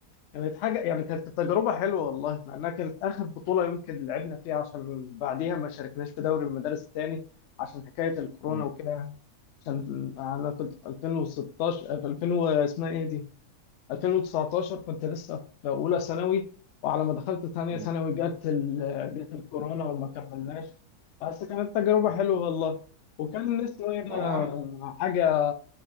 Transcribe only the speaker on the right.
مم.
مم.
مم.
لا يا عم